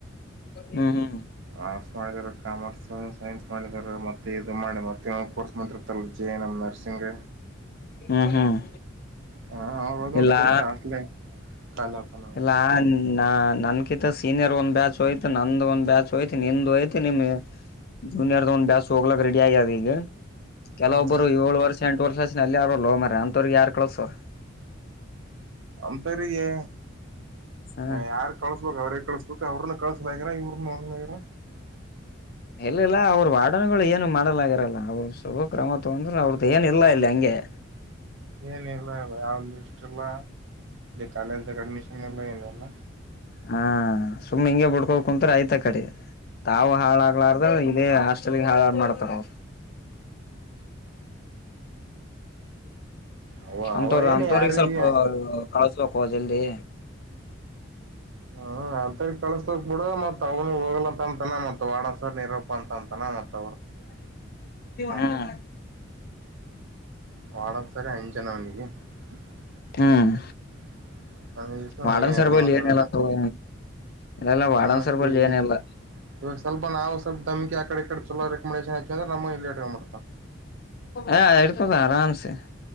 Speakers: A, on the left (about 50°); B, on the right (about 70°).
A: ಹ್ಮ್ ಹ್ಮ್
B: ಆರ್ಟ್ಸ್ ಮಾಡಾರ ಕಾಮರ್ಸ್ ಸೈನ್ಸ್ ಮಾಡಿದಾರ ಮತ್ತೆ ಇ ಮಾಡಿ ಮತ್ತೆ ಕೋರ್ಸ್ ಮಾಡ್ರ ಕ್ಟಲ್ ಜಯನಂ ನರ್ಸಿಂಗ್
A: ಹ್ಮ್ ಹ್ಮ್
B: ಹಾ ಅವಾಗೇನ್
A: ಇಲ್ಲಾ
B: <unintelligible> ಹಾಸ್ಟ್ಲೆ ತಲೆತ್ತಲ್ಲ.
A: ಇಲ್ಲಾ ನಾ ನನ್ಕಿಂತ ಸೀನಿಯರ್ ಒಂದ್ ಬ್ಯಾಚ್ ಹೋಯ್ತು ನಂದಂದು ಒಂದ್ ಬ್ಯಾಚ್ ಹೋಯ್ತ್ ನಿಂದ್ ಹೋಯ್ತ್ ನಿಮ್ಗೆ ಜೂನಿಯರ್ದ ಒಂದ್ ಬ್ಯಸ್ ಹೋಗ್ಲಕ್ ರೆಡಿ ಆಗ್ಯದ ಈಗ ಕೆಲವೊಬ್ಬರು
B: ಹ್ಮ್
A: ಏಳ ವರ್ಷ ಎಂ ಪೊಲೀಸ್ ಸೇಷನ್ ಅಲ್ಲೆ ಅದಲ್ಲೋ ಮಾರಯ ಅಂತವ್ರಿಗೆ ಯಾರ್ ಕಳಸ್ತಾರ್
B: ಅಪೇರಿಗೆ
A: ಹ
B: ಯಾರ್ ಕಳ್ಸ್ಬೇಕಕ್ ಅವ್ರೇಗ್ ಕಳ್ಸ್ಬೇಕು ಅವ್ರನು ಕಳಸಲಾಗರ ಇವ್ರನುಗರ
A: ಇಲ್ಲಿಲ್ಲ ಅವ್ರ ವಾಡನ್ಗಳು ಏನು ಮಾಡಲಾಗಿರಲ್ಲ ಅವ್ರ ಶುಭ ಕ್ರಮ ತೊಂದ್ರೆ ಅವ್ರ್ದ ಏನ ಇಲ್ಲ ಇಲ್ಲಿ ಹಂಗೆ <inaudible>
B: ಏನಲ್ಲ ಇ ಯಲ್ಲಿ ಇಷ್ಟಲ್ಲ ಕಾಲಜ್ದ ಅಡ್ಮಿಶನ್ ಎಲ್ಲ ಏನಲ್ಲ
A: ಹಾ ಸುಮ್ಮ್ ಹಿಂಗಗೆ ಬಿುಡ್ಕೋ ಕುಂತ್ರ ಆಯ್ತಾ ಕಡೆ ತಾವು ಹಾಳಾಗ್ಲಾರ್ದ ಇದೇ ಹಾಸ್ಟೆಲ್ಗೆ ಹಾಳಾಡ್ ಮಾಡತಾರ ಅವರು <inaudible>
B: ಅವ
A: ಅಂಂತವರು
B: ಅವ ಏನ
A: ಅಂತವ್ರಿಗೆ
B: ಯಾರಿಗೆ
A: ಸ್ವಲ್ಪ ಕಳ್ಸ್ಬೇಕು ಜಲ್ದಿ
B: ಹ್ಮ ಅಂತರಿ ಕಳಸ ಬಿಡ ಮತ್ ಅವ್ನು ಹೋಗಲಂತ ಅಂತನ ಮತ್ ವಡ ನೀರಪ್ಪ ಅಂತ ಅಂತಾನ ಮತ್ತ
A: ಹ್ಮ್
B: <unintelligible> ವಾರ್ಡನ್ ಸರಿ ಅಂಜನ ಅವ್ನಿಗಿ <unintelligible>
A: ಹ್ಮ್ ವಾರ್ಡನ್ ಸರ್ ಬಲ್ಲಿ
B: ಮಾತಾಡೋಲ್ಲ.
A: ಏನಿಲ್ಲ ತಗೋ ಇಲ್ಲಲ್ಲ
B: ಹ
A: ವಾರ್ಡನ್
B: ಮತ್ತೆ
A: ಸರ್ ಬಲ್ಲಿ
B: ಹೀಗೆ
A: ಏನಿಲ್ಲ
B: ಇವಾಗ ಸ್ವಲ್ಪ ನಾವು ಸ್ವಲ್ಪ ದಮಕಿ ಆ ಕಡೆ ಕತೀವಿ ರೆಕಮಂಡೇಶನ್ ಹಾಕ್ಯಾರ ನಮ್ ಇಲ್ಲೇ ಇಟ್ಕೊಂಡ್ ಬಿ
A: ಹ ಇಡ್ಕೋದ ಆರಾಮ ಸೆ